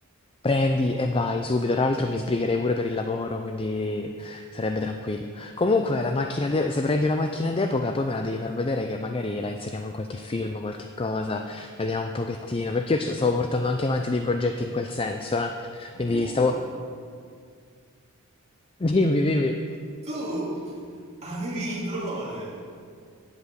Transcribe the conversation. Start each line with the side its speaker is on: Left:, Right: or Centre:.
Left: Prendi e vai subito. Tra l'altro mi sbrigherei pure per il lavoro, quindi sarebbe tranquillo. Comunque, la macchina de- se prendi una macchina d'epoca, poi me la devi far vedere che magari la inseriamo in qualche film, qualche cosa, vediamo un pochettino. Perché io ci stavo portando anche avanti dei progetti in quel senso, eh. Quindi
Right: Tu,
Left: stavo...
Right: ma tu,
Left: <laughs> Dimmi, dimmi.
Right: Tu avevi il drone.